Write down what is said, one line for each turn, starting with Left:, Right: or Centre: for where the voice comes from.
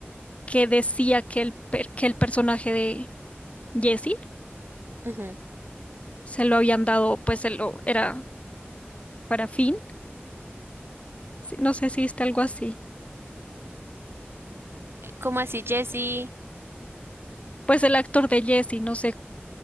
Left: que decía que el, per- que el personaje de Jesse
Right: Ujú.
Left: se lo habían dado, pues se lo era para Finn. Sí, No sé si está algo así.
Right: ¿Cómo así, Jesse?
Left: Pues el actor de Jesse, no sé